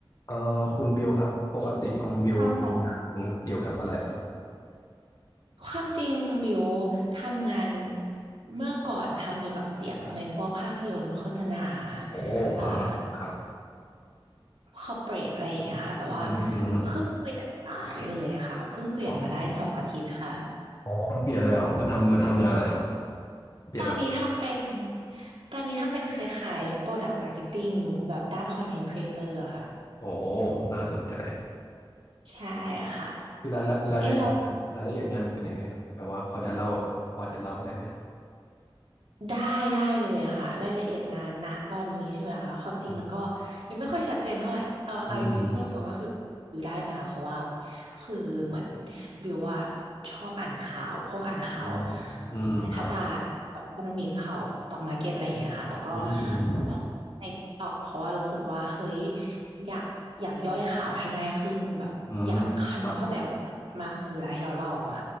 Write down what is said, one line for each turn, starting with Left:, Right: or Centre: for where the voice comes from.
Left: เอ่อคุณบิวครับปกติคุณบิวทำงานเกี่ยวกับอะไรเหรอครับ
Right: ค่ะความจริงบิวทำงานเมื่อก่อนทำเกี่ยวกับเสียงในพวกภาพยนตร์โฆษณา
Left: โอ้อ่าครับ
Right: เอ่อคอร์เปรทอะไรอย่างเงี้ยค่ะแต่ว่า
Left: อืมอืม
Right: เพิ่งเปลี่ยนสายเลยค่ะเพิ่งเปลี่ยนมาได้สองอาทิตย์ค่ะ
Left: อ๋ออ๋อเพิ่งเปลี่ยนเลยเหรอมาทำมาทำงานอะไรครับ
Right: <laughs>
Left: เปลี่ยนมา
Right: ตอนนี้ทำเป็นตอนนี้ทำเป็นคล้ายๆ Product Marketing แบบด้าน Content Creator อะค่ะ
Left: โอ้น่าสนใจ
Right: ใช่ค่ะ
Left: คือรายละรายละเอียดงานรายละเอียดงานมันเป็นยังไงครับแบบว่าพอจะเล่าพอจะเล่าได้ไหม
Right: เอ้ยเรา ได้ได้เลยอะค่ะรายละเอียดงานณตอนนี้ใช่ไหมคะความจริงมันก็
Left: อืม
Right: ยังไม่ค่อยชัดเจนเท่าไหร่เออเอาจริงๆพูดตรงๆก็คือบิวได้มาเพราะว่า
Left: อืม
Right: คือเหมือนบิวว่าชอบอ่านข่าวพวกอ่านข่าว
Left: อืมอืมอืมครับ
Right: เศรษฐศาสตร์อีโคโนมิกข่าวสต็อกมาร์เก็ตอะไรอย่างเงี้ยค่ะแล้วก็
Left: อืมอืม
Right: โพสต์ในตอกเพราะว่ารู้สึกว่าเฮ้ยอยากอยากย่อยข่าวให้ง่ายขึ้นแบบอยากทำความเข้าใจกับข่าวให้มากขึ้นเวลาที่เราเล่าออกมา
Left: อืมครับ